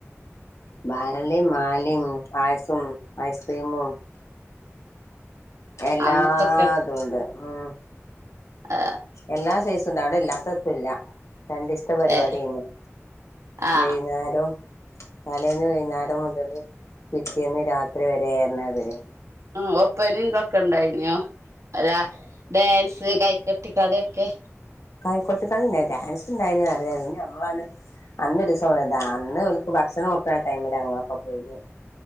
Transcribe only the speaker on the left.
ബാളീം മാലിം പായസോം ഐസ്ക്രീമും എല്ലാതുണ്ട്
ഉം
എല്ലാ സെയ്സുണ്ട് അവിടെ ഇല്ലാത്തെത്തുല്ല രണ്ടീസ് അങ്ങതെ പരിപാടി
അയ്നി
വെയ്ന്നാരം തലേന്ന് വെയ്ന്നാരം മുതല് പിറ്റേന്ന് രാത്രിവെരെ പർഞ്ഞാതിരി.
കൈക്കൊട്ടി ഇണ്ടായ്നി ഡേൻസ് ഇണ്ടായ്നോ <unintelligible> ഞമ്മളണ് അന്നൊരീസം പേയതാ അന്ന് ഓൽക്ക് ഭക്ഷണം കൊക്ക്ണ ടൈമിലാ ഞങ്ങളൊക്കെ പോയീനെ.